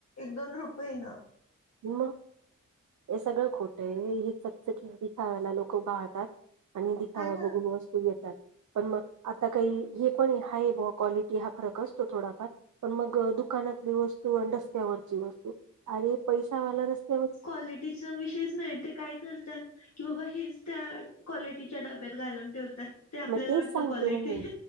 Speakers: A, on the left (about 50°); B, on the right (about 65°).
A: एक दोन रुपयेनं..
B: मग हे सगळं खोटं ही चकचकीत दिखाव्याला लोकं भाळतात... आणि दिखावा
A: हा ना
B: बघून वस्तू घेतात... पण मग आता काही हे पण हाय क्वालिटी हा फरक असतो थोडाफार... पण मग दुकानातली वस्तू आणि रस्त्यावरची वस्तू अरे पैसावाला रस्ते...
A: क्वालिटीचा विषयच नाही ते काय कर तात कि बाबा हेच त्या क्वालिटीच्या डब्यात घालून ठेवता. ते आपल्याला
B: मग तेच
A: वाटतं
B: सांगते
A: क्वालिटी
B: ना मी